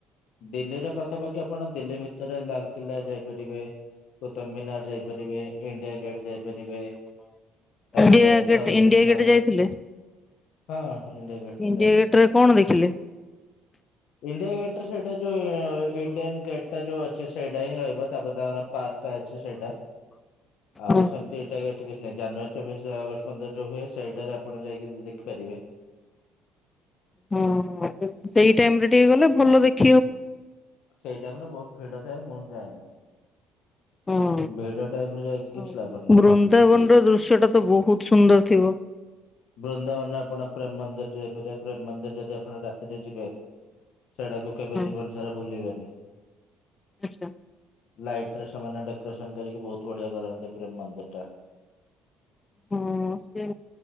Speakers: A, on the left; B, on the left.
A: ଦିଲ୍ଲୀରେ ପାଖାପାଖି ଆପଣ ଦିଲ୍ଲୀ ଭିତରେ ଲାଲକିଲ୍ଲା ଯାଇପାରିବେ। କୌତୁବ ମିନାର ଯାଇପାରିବେ ଇଣ୍ଡିଆ ଗେଟ୍ ଯାଇପାରିବେ। ତାପରେ
B: India gate
A: Sarojini
B: India gate
A: market.
B: ଯାଇଥିଲେ
A: ହଁ ଇଡିଆ ଗେଟ ସ ମ
B: ଇଣ୍ଡିଆ
A: ଯାଏ
B: ଗେଟ୍ ରେ କଣ ଦେଖିଲେ?
A: ଇଡିଆ ଗେଟ ସେଇଟା ଯୋଉ ଇଣ୍ଡିଆନ୍ ଗେଟ୍ ଟା ଯୋଉ ଅଛି ସେଇଟା ହିଁ ରହିବ ତାପରେ ତାଙ୍କର ପାର୍କ ଅଛି ସେଇଟା ଆଉ
B: ହଁ।
A: ସେମତି ଏଇଟା ଏ କିଛି ନାଇଁ ଜାନୁଆରୀ ଚବିଶ ଅଗଷ୍ଟ ପନ୍ଦର ଯୋଉ ହୁଏ ସେଇଟାରେ ଆପଣ ଯାଇକି ଦେଖିପାରିବେ।
B: ହ ସେଇ ଟାଇମ ରେ ଟିକେ ଗଲେ ଭଲ ଦେଖ
A: ସେଇ ଟାଇମରେ ବହୁତ ଭିଡ଼ ଥାଏ ମୁଁ ଯାଏନି।
B: ହୁଁ
A: ଭିଡ ଟାଇମ ରେ ଯାଇକି କିଛି ଲାଭ ନାହିଁ
B: ବୃନ୍ଦାବନ ର ଦୃଶ୍ୟ ଟା ତ ବହୁତ ସୁନ୍ଦର ଥିବ?
A: ବୃନ୍ଦାବନରେ ଆପଣ ପ୍ରେମ ମନ୍ଦିରରେ ଯଇପାରିବେ ପ୍ରେମ ମନ୍ଦିର ଯଦି ଆପଣ ରାତିରେ ଯିବେ ସେଟାକୁ କେବେ
B: ହଁ
A: ଜୀବନ ସାରା ଭୁଲିବେନି।
B: ଆଚ୍ଛା
A: ଲାଇଟି ରେ ସେମାନେ ଡେକୋରେସନ କରିକି ବହୁତ କୋଢିଆ କରନ୍ତି ପ୍ରେମ ମନ୍ଦିରିଟା।
B: ହଁ ସେ